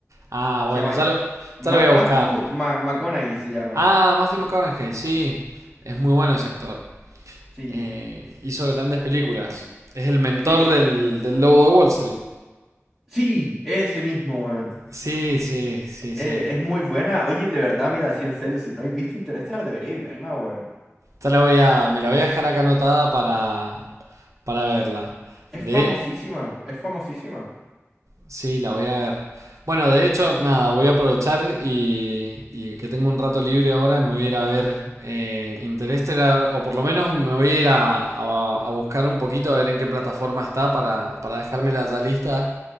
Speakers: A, on the right (about 80°); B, in the centre.
A: Ah, bueno,
B: Se llama.
A: ya lo,
B: Ma-
A: ya lo voy a
B: Matthew
A: buscar.
B: Ma- McConaughey se llama.
A: Ah, Matthew McConaughey, sí. Es muy bueno ese actor.
B: Sí,
A: Eh, hizo grandes películas. Es el mentor
B: sí,
A: del, del lobo de Wall Street.
B: sí, ese mismo, weón.
A: Sí, sí, sí,
B: Eh,
A: sí.
B: es muy buena. Oye, de verdad, mira, sí, en serio, si no habéis visto Interestelar, deberíais verla, weón.
A: Ya la voy a, me la voy a dejar acá anotada para, para verla.
B: Es
A: De,
B: famosísima, es famosísima.
A: Sí, la voy a ver. Bueno, de hecho, nada, voy a aprovechar y, y que tengo un rato libre ahora y me voy a ir a ver eh, Interestelar, o por lo menos me voy a ir a, a- a buscar un poquito a ver en qué plataforma está para, para dejármela ya lista